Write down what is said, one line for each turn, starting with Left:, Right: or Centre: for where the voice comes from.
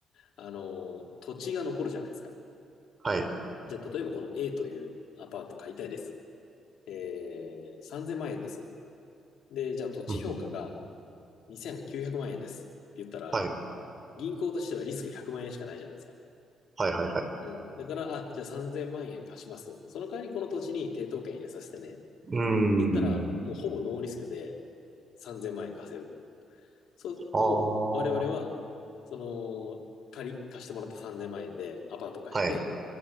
Left: あのー土地が残るじゃないですか。
Right: はい。
Left: じゃあ、例えばこの A というアパート買いたいです。えー、3000万円です。で、じゃあ土地評価が
Right: うん、うん。
Left: 2900万円ですって言ったら、
Right: はい。
Left: 銀行としてはリスク100万円しかないじゃないですか。
Right: はい、はい、はい。
Left: うん。だから、あ、じゃあ3000万円貸します。その代わりこの土地に抵当権入れさせてね。って
Right: うー
Left: 言ったら、
Right: ん。
Left: もうほぼノーリスクで3000万円貸せる。そう、
Right: ああ。
Left: でも我々は、
Right: は
Left: その、借り、貸してもらった3000万円でアパート買えて、
Right: い。